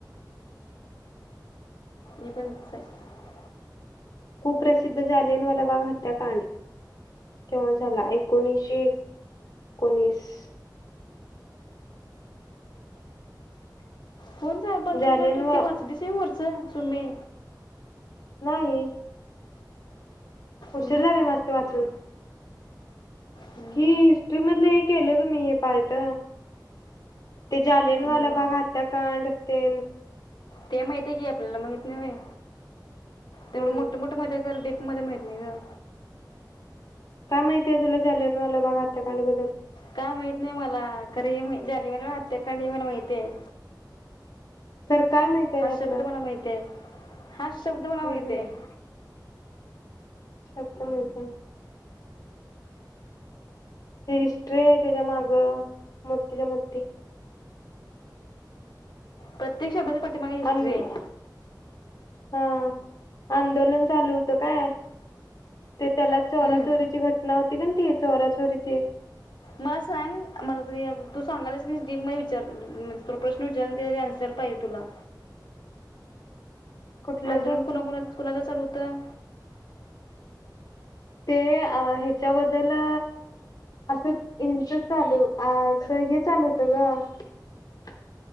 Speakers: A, on the left (about 85°); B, on the left (about 55°).
A: हे <unintelligible>
B: खूप प्रसिद्ध झाले मलाबाग हत्याकांड केव्हा झाला एकोणीशे एकोणीस-
A: फोन झा बंद
B: जालियन
A: असल्यावर तू
B: वा
A: ती वाचलीसे वरच सुमे
B: नाही. उशीर
A: मग
B: झालेय मस्त वाचून. <inaudible>
A: हं,
B: नाही हे केलं मी हे पार्ट ते जालियनवाला
A: हं.
B: बाग हत्याकांड तेन-
A: ते माहित आहे की आपल्याला माहित नय व्हेय तेवढं
B: हम्म
A: मोठ मोठ मजा करदी- मला माहित नाही ग.
B: काय माहितीय, तुल जालियनवाला बाग हत्याकांड बद्दल.
A: काय माहित नाही मला, खरं हे मा जालियनवाला हत्याकांड हे मला माहित आहे.
B: तर काय माहितीय
A: हा
B: त्यातलं
A: शब्द मला माहितयते हा शब्द मला
B: हम्म
A: माहितयते
B: हम्म
A: आहे.
B: शब्द माहिती हिस्टरी आहे, त्याच्या माग मोठीच्या मोठी.
A: प्रत्यक्षा बदल. पाठीमाग हिस्टरी
B: आं-
A: आय.
B: हा आंदोलन चालू होतं काय, ते त्याला चोरा
A: हम्म.
B: चोरीची घटना होती का, ती चोरा चोरीची.
A: मला सांग मला म तू सांगालास की, डीप म विचारज त प्रश्न विचारना आंसर पाहिजे तुला.
B: कुठलंच
A: आंदोलन कोणाकुणा कोणाचं चालू होतं.
B: ते अ ह्याच्याबद्दल अ असं हच चालू अस हे चालू होतं, ग